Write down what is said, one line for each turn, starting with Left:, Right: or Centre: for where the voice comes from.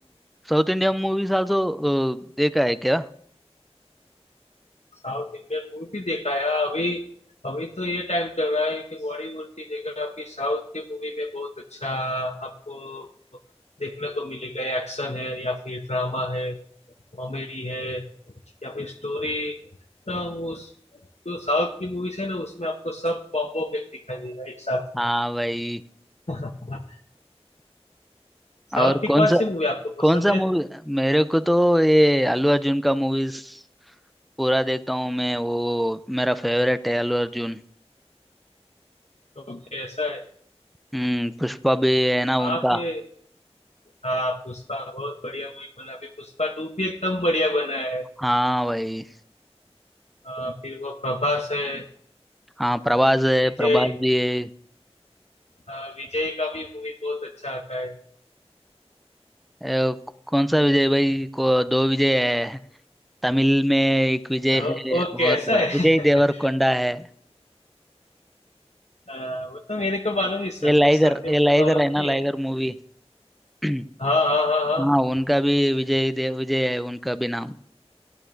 Centre: साउथ इंडियन मूवीज आल्सो देखा है क्या
Left: साउथ इंडियन मूवी भी देखा है अभी अभी तो ये टाइम चल रहा है कि बॉलीवुड की जगह आपकी साउथ की मूवी में बहुत अच्छा आपको देखने को मिलेगा एक्शन है या फिर ड्रामा है कॉमेडी है या फिर स्टोरी तो उस जो साउथ की मूवीज है ना उसमें आपको सब कॉम्बो पैक दिखाई देगा एक साथ में
Centre: हाँ भाई
Left: हाँ, साउथ
Centre: और
Left: की
Centre: कौन
Left: कौन
Centre: सा
Left: सी मूवी आपको
Centre: कौन
Left: पसंद
Centre: सा मूवी
Left: है
Centre: मेरे को तो ये अल्लू अर्जुन का मूवीज पूरा देखता हूँ मैं वो मेरा फेवरेट है अल्लू अर्जुन
Left: ओके ऐसा है
Centre: हम्म पुष्पा भी
Left: ओके
Centre: है ना
Left: वहां
Centre: उनका
Left: पे हाँ पुष्पा बहुत बढ़िया मूवी बना अभी पुष्पा टू भी एकदम बढ़िया बना है
Centre: हाँ भाई
Left: आ, फिर वो प्रभास है
Centre: हाँ प्रभास है
Left: विजय
Centre: प्रभास भी है
Left: आ, विजय का भी मूवी बहुत अच्छा आता है
Centre: ए, कौन सा विजय भाई को दो विजय है तमिल में एक विजय
Left: ओ,
Centre: है
Left: ओ
Centre: और
Left: कैसा है
Centre: विजय देवरकोंडा
Left: <laughs>
Centre: है
Left: आ, वो तो मेरे को मालूम नहीं सरदीप
Centre: ये लाइगर
Left: सरदीप
Centre: ये लाइगर
Left: तो मालूम
Centre: है ना
Left: नहीं
Centre: लाइगर
Left: है
Centre: मूवी <clears throat>
Left: हाँ हाँ हाँ हाँ
Centre: हाँ उनका भी विजय देव विजय है उनका भी नाम